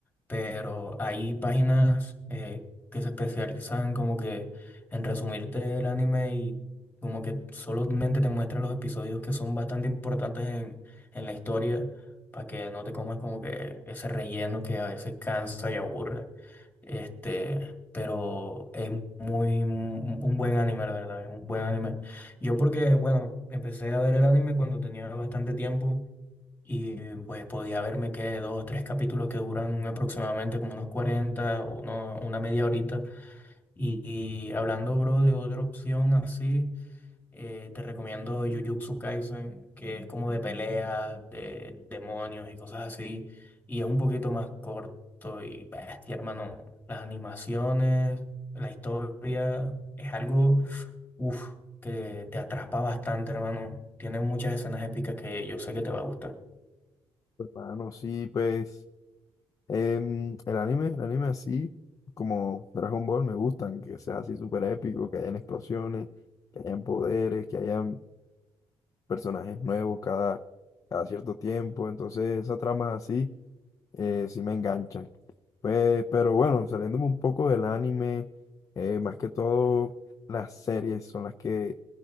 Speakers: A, on the left; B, on the left.
A: pero hay páginas eh, que se especializan como que en resumirte el anime y como que solamente te muestran los episodios que son bastante importantes en, en la historia para que no te comas como que ese relleno que a veces cansa y aburre. Este, pero es muy un un buen anime, la verdad, es un buen anime. Yo porque, bueno, empecé a ver el anime cuando tenía bastante tiempo y pues podía verme que dos o tres capítulos que duran aproximadamente como unos 40 uno- una media horita. Y, y hablando, bro, de otra opción así, eh, te recomiendo Jujutsu Kaisen, que es como de peleas, de demonios y cosas así. Y es un poquito más corto y bestia, hermano. Las animaciones, la historia, es algo, uff, que te atrapa bastante, hermano. Tiene muchas escenas épicas que yo sé que te va a gustar.
B: Pues, mano, sí, pues em, el anime, el anime así, como Dragon Ball, me gustan, que sea así súper épico, que hayan explosiones, que hayan poderes, que hayan personajes nuevos cada, cada cierto tiempo, entonces esas tramas así eh, sí me enganchan. Pues, pero bueno, saliéndome un poco del anime, eh, más que todo las series son las que